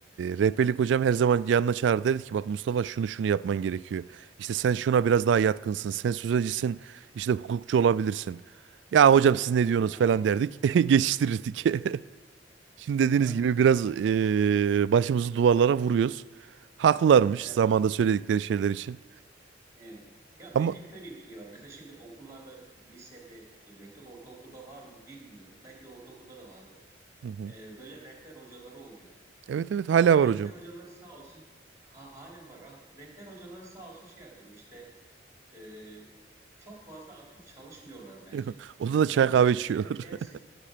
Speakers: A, on the right; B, on the right.
A: rehberlik hocam her zaman yanına çağırdı dedi ki bak Mustafa şunu şunu yapman gerekiyor. İşte sen şuna biraz daha yatkınsın. Sen sözcüsün işte hukukçu olabilirsin. Ya hocam siz ne diyorsunuz
B: Aha,
A: falan derdik. <laughs> Geçiştirirdik. <laughs> Şimdi dediğiniz
B: evet,
A: gibi biraz ee, başımızı duvarlara vuruyoruz. Haklılarmış
B: evet,
A: zamanda söyledikleri şeyler için.
B: evet. Ya
A: Ama
B: bence şöyle bir şey var. Mesela şimdi okullarda, lisede özellikle ortaokulda var mı bilmiyorum. Belki de ortaokulda da vardır.
A: Hı hı.
B: Ee, böyle rehber hocaları oluyor.
A: evet evet hala
B: Ama
A: var
B: rehber
A: hocam.
B: hocaları sağ olsun ha- halen var. Rah- Rehber hocaları sağ olsun şey yapıyorlar işte e, çok fazla aktif çalışmıyorlar bence.
A: <laughs> Odada çay
B: Bence
A: kahve
B: rehberlik
A: içiyorlar.
B: dersi
A: <laughs>